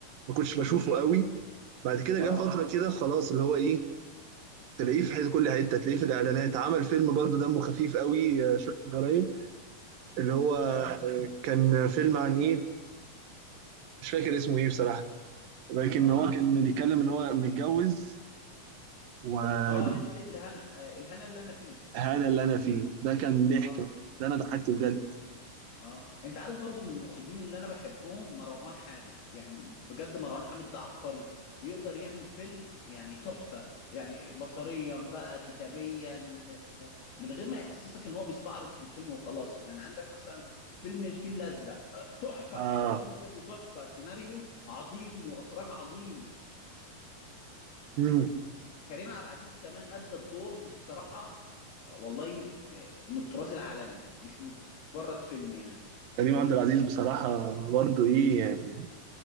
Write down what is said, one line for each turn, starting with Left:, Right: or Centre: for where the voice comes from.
Right: ما كنتش
Left: امم
Right: بشوفه قوي بعد كده
Left: اه
Right: جه فترة كده خلاص اللي هو ايه تلاقيه في حته كل حته تلاقيه في الاعلانات عمل فيلم برضه دمه خفيف قوي آه، شفته قريب اللي هو
Left: اه
Right: كان فيلم عن ايه مش فاكر اسمه ايه بصراحة لكن
Left: اه
Right: هو كان بيتكلم ان هو متجوز وهذا
Left: اه ليلة الهنا آه الهنا اللي انا فيه
Right: اللي انا فيه ده كان ضحك
Left: اه
Right: ده انا ضحكت بجد
Left: اه انت عارف برضو من المخرجين اللي انا بحبهم مروان حامد يعني بجد مروان حامد ده عبقري بيقدر يعمل فيلم يعني تحفة يعني بصريا بقى كتابيا آه، من غير ما يحسسك ان هو بيستعرض في الفيلم وخلاص يعني عندك مثلا فيلم الفيل الازرق آه، تحفة
Right: اه
Left: والله بجد تحفة سيناريو عظيم واخراج عظيم
Right: مم.
Left: كريم عبد العزيز كمان ادى الدور بصراحة والله من الطراز العالمي مش مجرد فيلم يعني
Right: كريم عبد العزيز بصراحة برضه ايه يعني